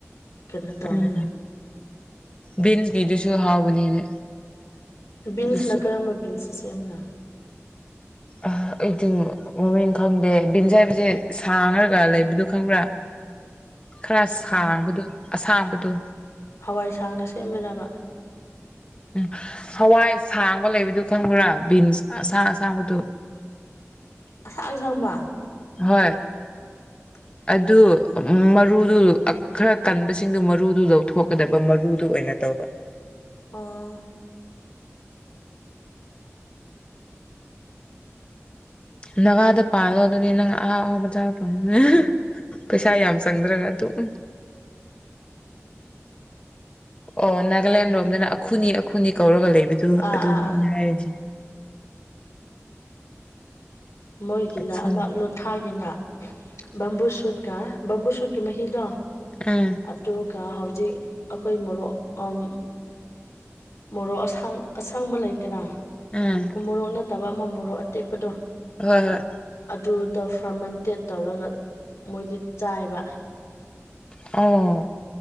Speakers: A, on the left; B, on the left.
A: ꯀꯩꯅꯣ ꯇꯧꯔꯦꯅ
B: ꯎꯝ ꯕꯤꯟꯁꯒꯤꯗꯨꯁꯨ ꯍꯥꯎꯕꯅꯤꯅꯦ
A: ꯕꯤꯟꯁꯅ
B: ꯑꯗꯨꯁꯨ
A: ꯀꯔꯝꯕ ꯕꯤꯟꯁꯅ ꯁꯦꯝꯕꯔ
B: ꯑ ꯑꯩꯗꯤ ꯃꯃꯤꯡ ꯈꯪꯗꯦ ꯕꯤꯟꯁ ꯍꯥꯏꯕꯁꯦ ꯁꯥꯡꯉ꯭ꯔꯒ ꯂꯩꯕꯗꯣ ꯈꯪꯕ꯭ꯔꯥ ꯈꯔ
A: ꯁꯥꯡ
B: ꯁꯥꯡꯕꯗꯣ ꯑꯁꯥꯡꯕꯗꯣ
A: ꯍꯋꯥꯏ ꯁꯥꯡꯅ ꯁꯦꯝꯕꯔꯕ
B: ꯎꯝ ꯍꯋꯥꯏ ꯁꯥꯡꯕ ꯂꯩꯕꯗꯨ ꯈꯪꯕ꯭ꯔꯥ ꯕꯤꯟꯁ ꯑꯁꯥꯡ ꯑꯁꯥꯡꯕꯗꯨ
A: ꯑꯁꯥꯡ ꯁꯥꯡꯕ
B: ꯍꯣꯏ
A: <inaudible>
B: ꯑꯗꯨ ꯃꯔꯨꯗꯨ ꯈꯔ ꯀꯟꯕꯁꯤꯡꯗꯨ ꯃꯔꯨꯗꯨ ꯂꯧꯊꯣꯛꯀꯗꯕ ꯃꯔꯨꯗꯨ ꯑꯣꯏꯅ ꯇꯧꯕ
A: ꯑꯥ
B: ꯅꯥꯒꯥꯗ ꯄꯥꯜꯂꯣ ꯑꯗꯨꯗꯤ ꯅꯪ ꯑꯍꯥꯎ ꯑꯍꯥꯎꯕ ꯆꯥꯕ ꯐꯪꯕꯅꯦ꯫ ꯄꯩꯁꯥ ꯌꯥꯝ ꯆꯪꯗ꯭ꯔꯒ ꯑꯗꯨꯝ ꯑꯣ ꯅꯥꯒꯥꯂꯦꯟ ꯂꯣꯝꯗꯅ ꯑꯈꯨꯅꯤ ꯑꯈꯨꯅꯤ ꯀꯧꯔꯒ ꯂꯩꯕꯗꯨ
A: ꯑꯥ
B: ꯑꯗꯨꯅꯤ
A: ꯑꯥ
B: ꯑꯩꯅ
A: ꯑꯥ
B: ꯍꯥꯏꯔꯗꯤ
A: ꯃꯣꯏꯒꯤꯗ
B: ꯑꯈꯨꯅꯤ
A: ꯑꯃ ꯂꯨꯠ ꯊꯥꯒꯤꯅ ꯕꯝꯕꯨ ꯁꯨꯠꯀ ꯕꯝꯕꯨ ꯁꯨꯠꯀꯤ ꯃꯍꯤꯗꯣ
B: ꯎꯝ
A: ꯑꯗꯨꯒ ꯍꯧꯖꯤꯛ ꯑꯩꯈꯣꯏ ꯃꯣꯔꯣꯛ ꯎꯝ ꯃꯣꯔꯣꯛ ꯑꯁꯥꯡ ꯑꯁꯪꯕ ꯂꯩꯇꯅ
B: ꯎꯝ
A: ꯃꯣꯔꯣꯛ ꯅꯠꯇꯕ ꯑꯃ ꯃꯣꯔꯣꯛ ꯑꯇꯦꯛꯄꯗꯣ
B: ꯍꯣꯏ ꯍꯣꯏ
A: ꯑꯗꯨꯗ ꯐꯔꯃꯦꯟꯇꯦꯠ ꯇꯧꯔꯒ ꯃꯣꯏꯗꯤ ꯆꯥꯏꯕ
B: ꯑꯥ